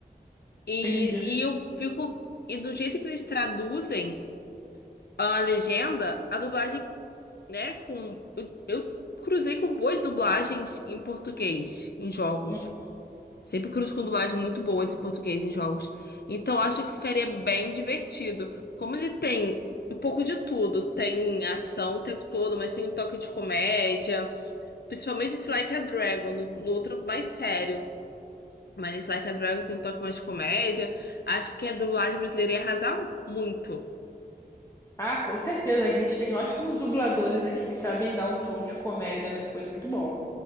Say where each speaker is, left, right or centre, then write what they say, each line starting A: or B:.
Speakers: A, on the left (about 70°); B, on the left (about 15°).
A: E,
B: entendi.
A: e eu fico. E do jeito que eles traduzem a legenda, a dublagem, né? Com, eu, eu cruzei com boas dublagens em português, em jogos.
B: Uhum.
A: Sempre cruzo com dublagem muito boa esse português em jogos. Então acho que ficaria bem divertido. Como ele tem um pouco de tudo, tem ação o tempo todo, mas tem um toque de comédia, principalmente esse Like a Dragon, no, no outro mais sério. Mas esse Like a Dragon tem um toque mais de comédia. Acho que a dublagem brasileira ia arrasar muito.
B: Ah, com certeza, a gente tem ótimos dubladores aqui que sabem dar um tom de comédia nas coisas, muito bom.